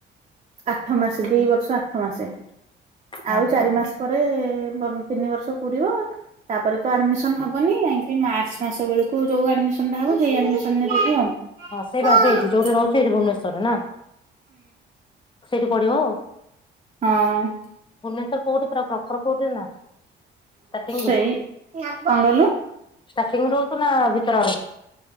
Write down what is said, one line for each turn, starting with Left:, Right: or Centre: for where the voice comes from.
Right: ଆଠ ମାସେ, ଦି ବର୍ଷ ଆଠ ମାସେ,
Left: ହଁ
Right: ଆଉ ଚାରି
Left: ହଁ
Right: ମାସ ପରେ ତାପରେ ତିନି ବର୍ଷ ପୁରିବ ତାପରେ ତ ଆଡମିସନ ହବନି, ଯାଇକିରି ମାର୍ଚ ମାସ ବେଳକୁ ଯୋଉ ଆଡମିସନଟା ହବ, ସେଇ ଆଡମିସନ ରେ ଦେବି ଆଉ।
Left: ହଁ ସେଇ
Right: ହଁ।
Left: ବାସ ଏଇଠି ଯୋଉଠି ରହୁଛି ଏଠି ଭୁବନେଶ୍ଵରରେ ନା, ସେଇଠି ପଢ଼ିବ ଆଉ।
Right: ହଁ ଅଁ
Left: ଭୁବନେଶ୍ୱର କୋଉଠି ପୁରା ପ୍ରପର କୋଉଠି ନା ଷ୍ଟାର୍ଟିଂରୁ
Right: ସେଇ, କଣ କହିଲୁ?
Left: ଷ୍ଟାର୍ଟିଂ ରହୁଛୁ ନା ଭିତର ଆଡ଼କୁ।